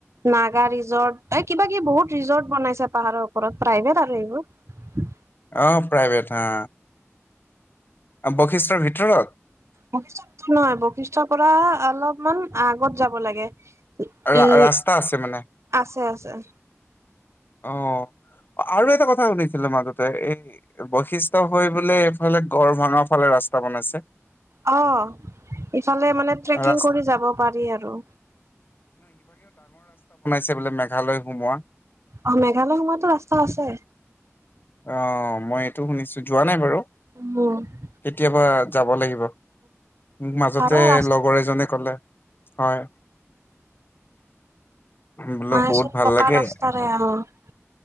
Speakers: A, on the right (about 65°); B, on the left (about 40°).
A: নাগা ৰিজৰ্ট মানে কিবা কিবি বহুত ৰিজৰ্ট বনাইছে। পাহাৰৰ ওপৰত প্ৰাইভেট আৰু এইবোৰ।
B: অ', প্ৰাইভেট হা। বশিষ্ঠৰ ভিতৰত?
A: বশিষ্ঠৰ ভিতৰত নহয়, বশিষ্ঠৰ পৰা অলপমান আগত যাব লাগে। উম,
B: ৰা ৰাস্তা আছে মানে
A: আছে, আছে।
B: অ', আৰু এটা কথা শুনিছিলোঁ মাজতে এ বশিষ্ঠ হৈ বোলে এইফালে গড় ভঙাৰ ফালে ৰাস্তা বনাইছে।
A: অ'। ফালে মানে ট্ৰেকিং
B: ৰাস্ত
A: কৰি যাব পাৰি আৰু।
B: ছে বোলে মেঘালয় সোমোৱা।
A: অ', মেঘালয় সমোয়ো ৰাস্তা আছে।
B: অ', মই এইটো শুনিছোঁ যোৱা নাই বাৰু
A: উম উম
B: কেতিয়াবা যাব লাগিব। মোক মাজতে
A: ভালে ৰাস্তা
B: লগৰ এজনে কলে হয়। বোলো
A: মানে
B: বহুত
A: চব
B: ভাল
A: পকা
B: লাগে
A: ৰাস্তাৰে অ'।